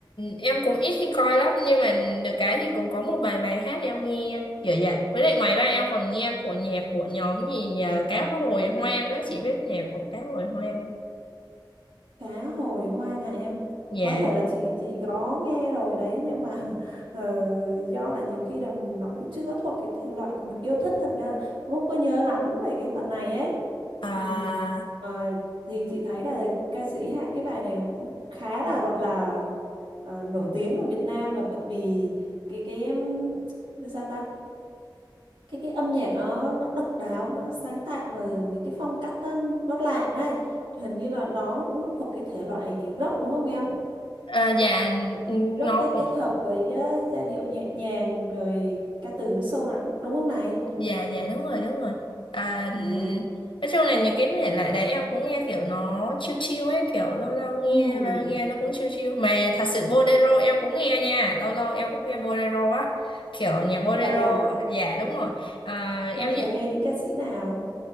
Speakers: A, on the left; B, on the right.
A: em cũng ít khi coi lắm nhưng mà được cái thì cũng có một vài bài hát em nghe kiểu vậy với lại ngoài ra em còn nghe của nhạc của nhóm gì nhờ Cá Hồi Hoang á chị biết nhạc của Cá Hồi Hoang
B: cá hồi hoang hả em
A: nhà
B: có thể
A: đó
B: là
A: không
B: chị chị có nghe rồi đấy nhưng mà <laughs> ờ, do là nhiều khi là nó cũng chưa có thuộc cái thể loại của mình yêu thích thành ra là cũng không có nhớ lắm về cái phần này ấy
A: à,
B: Ừm, ờ, thì chị thấy là ca sĩ hát cái bài này nó cũng khá là gọi là ờ, nổi tiếng ở Việt Nam là bởi vì cái cái em sao ta cái cái âm nhạc nó nó độc đáo nó sáng tạo rồi những cái phong cách nó, nó lạ đấy hình như là đó cũng thuộc cái thể loại rock đúng không em
A: à dạ
B: rock
A: nó
B: cái
A: cũng
B: kết hợp với á, giai điệu nhẹ nhàng rồi ca từ nó sâu lắng đúng không này
A: dạ dạ đúng rồi đúng rồi à,
B: à
A: nói chung là những cái thể loại đấy em cũng nghe kiểu nó chill chill ấy kiểu lâu lâu nghe
B: ừm,
A: và nghe nó cũng chill chill mà thật sự bolero em cũng nghe nha lâu lâu em cũng nghe bolero á kiểu nhạc bolero
B: vậy à
A: dạ đúng rồi à,
B: em
A: em
B: thường
A: nhớ-
B: nghe những ca sĩ nào